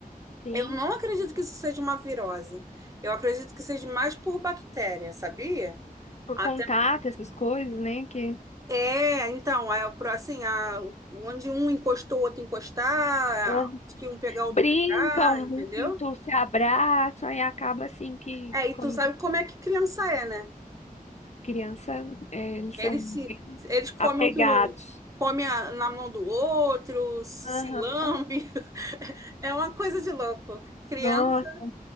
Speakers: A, on the left; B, on the right.
A: Sim,
B: Eu não acredito que isso seja uma virose. Eu acredito que seja mais por bactéria, sabia?
A: por
B: Até
A: contato, essas coisas, né? Que
B: é, então, é o pro- assim, a, onde um encostou, o outro encostar,
A: Ah,
B: onde que um pegar, o
A: brincam
B: outro pegar, entendeu?
A: muito, se abraçam e acaba assim que,
B: É, e
A: como
B: tu sabe como é que criança é, né?
A: criança, eh, eles
B: Eles
A: são
B: se,
A: bem
B: eles comem
A: apegados.
B: o que o come a- na mão do outro, se,
A: Aham.
B: se lambe. <laughs> É uma coisa de louco. Criança
A: Nossa,